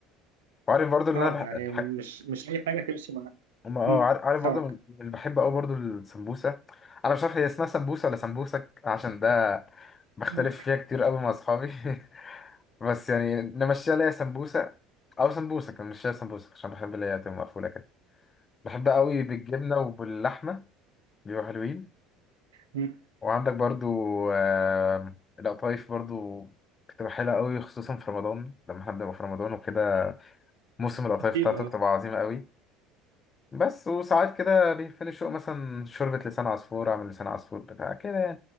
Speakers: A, on the left; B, on the right.
A: وعارف برضو اللي
B: أه
A: أنا
B: يعني
A: بح...
B: مش
A: بح...
B: مش أي حاجة تمشي مع
A: أما
B: مم،
A: اه عار- عارف
B: سمك
A: برضو من- من اللي بحب أوي برضو السمبوسة أنا مش عارف هي اسمها سمبوسة ولا سمبوسك عشان ده بختلف
B: <laughs>
A: فيها كتير أوي مع أصحابي <laughs> بس يعني نمشيها ليا سمبوسة أو سمبوسة كان نمشيها سمبوسة عشان بحب اللي هي تبقى مقفولة كده بحب قوي بالجبنة وباللحمة بيبقوا حلوين
B: مم،
A: وعندك برضو آم، القطايف برضو كنت بحبها قوي خصوصا في رمضان لما حد يبقى في رمضان وكده موسم القطايف
B: أكيد
A: بتاعته
B: أه
A: بتبقى عظيمة قوي بس وساعات كده بيفني شوق مثلا شوربة لسان عصفور أعمل لسان عصفور بتاع كده يعني